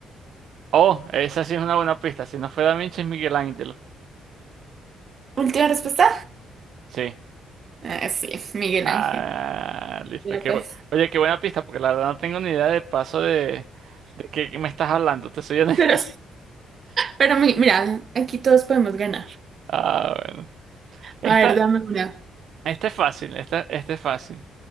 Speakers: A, on the right; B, on the right.
A: Oh, esa sí es una buena pista. Si no fue Da Vinci, es Miguel Ángel.
B: última respuesta.
A: Sí.
B: Ah, sí, Miguel
A: Ah,
B: Ángel
A: listo.
B: López.
A: Qué bu- Oye, qué buena pista, porque la verdad no tengo ni idea de paso de, de qué, qué me estás hablando, te soy honesto.
B: Pero, pero mi- mira, aquí todos podemos ganar.
A: Ah, bueno. Esta,
B: A ver, dame una.
A: esta es fácil, esta, esta es fácil.